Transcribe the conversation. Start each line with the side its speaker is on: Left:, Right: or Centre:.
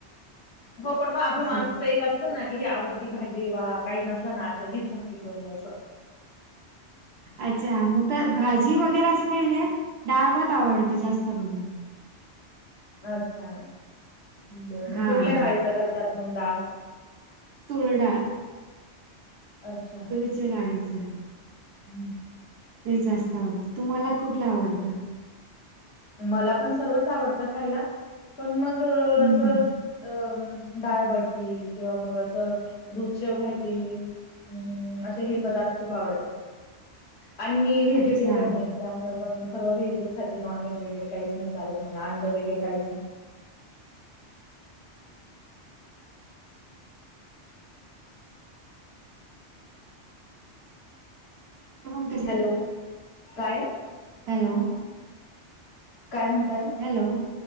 Left: हो पण मग आपलं
Right: असं
Left: माणसाच एक अस ना की ही आवडती भाजी वा काही नसल ना अ् हीच भाजी करू असं.
Right: अच्छा मग तर भाजी वगैरे असं काही नाही. डाळबात आवडतं जास्त करून
Left: अच्छा बरं
Right: हा
Left: कुठल्या डाळीच करतात. मग डाळ
Right: तुरडाळ
Left: अच्छा
Right: डळीच
Left: हम्
Right: ते जास्त आवडतं तुम्हाला कुठला आवडतं
Left: मला पण सर्वच आवडतं खायला पण मग अस
Right: हम्म
Left: अं दाळबट्टी किंवा मग असं दुधचीव भाजी हम्म असे हे पदार्थ खूप आवडतात. आणि मी व्हेजिटेरियन
Right: अच्छा
Left: आहे. त्यामुळे मग सर्व व्हेजच खाते नॉन व्हेज काहीच नाही चालत म अंड वगैरे काहीच नाही.
Right: ते पण तसे.
Left: हॅलो काय
Right: हॅलो
Left: काय म्हणताय
Right: हॅलो